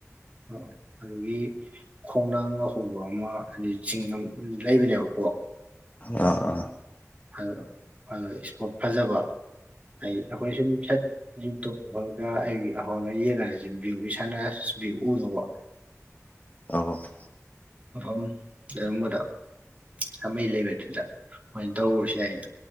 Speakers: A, on the right (about 25°); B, on the left (about 30°).
A: ꯑꯣ ꯑꯗꯨꯒꯤ ꯈꯣꯡꯅꯥꯡꯒ ꯍꯧꯕ ꯑꯃ ꯍꯥꯏꯗꯤ ꯆꯤꯡ ꯑꯝ ꯂꯩꯕꯅꯦꯕꯀꯣ
B: ꯑꯥ ꯑꯥ
A: <unintelligible> ꯑꯥ ꯑꯥ ꯏꯁꯄꯣꯠ ꯐꯖꯕ ꯍꯥꯏꯗꯤ ꯑꯩꯈꯣꯏ ꯁꯨꯝ ꯁꯠ ꯌꯨꯝ ꯇꯣꯡ ꯍꯧꯔꯒ ꯑꯩ ꯍꯧꯂ ꯌꯦꯡꯉꯖꯤ ꯕ꯭ꯌꯨꯋꯤ ꯁꯥꯟꯅ ꯕ꯭ꯌꯨ ꯎꯗꯧꯕ
B: ꯑꯧꯕꯨ
A: ꯃꯐꯝ ꯂꯩꯔꯝꯕꯗ ꯊꯃꯩ ꯂꯩꯕꯗꯨꯗ ꯃꯣꯏꯅ ꯇꯧꯔꯨꯔꯁꯤ ꯌꯥꯏꯌꯦ